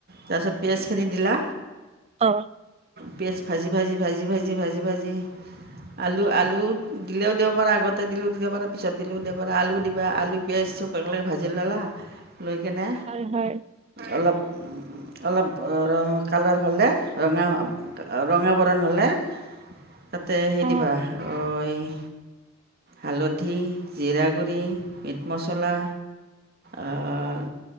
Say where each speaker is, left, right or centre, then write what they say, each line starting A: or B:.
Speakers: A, on the right; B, on the right.
A: তাৰপিছত পিয়াজখিনি দিলা।
B: অঁ।
A: পিয়াজ ভাজি ভাজি ভাজি ভাজি ভাজি ভাজি। আলু আলু দিলেও দিও পাৰা আগতে দিলো দিব পাৰা পিছত দিলো দিও পাৰা আলু দিবা আলু পিয়াজ চব- অকলে ভাজি ল'লা লৈ কিনে
B: হয় হয়
A: অলপ- অলপ কালাৰ হ'লে ৰঙা ৰঙা বৰণ হ'লে। তাতে হেৰি
B: অ
A: দিবা অঐ- হালধি জিৰা গুড়ি মিট মছলা। অঁ।